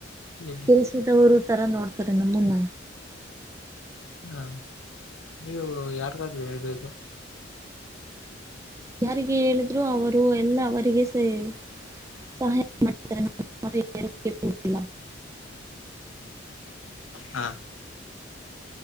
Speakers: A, on the left; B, on the right.
A: ಹೇಳಿ
B: ಕೆಲ್ಸಿದವರು ತರ ನೋಡ್ತಾರೆ ನಮ್ಮನ್ನ
A: ಹಾ ನೀವು ಯಾರಿಗಾದ್ರೂ ಹೇಳ್ಬೇಕು
B: ಯಾರಿಗೆ ಹೇಳಿದ್ರೂ ಅವರು ಎಲ್ಲ ಅವರಿಗೆ ಸರಿ ಸಹಾಯ ಮಾಡಿದ್ದರೆ ನ ಏೆ ಕೊಡುತ್ತಿಲ್ಲ
A: ಹಾ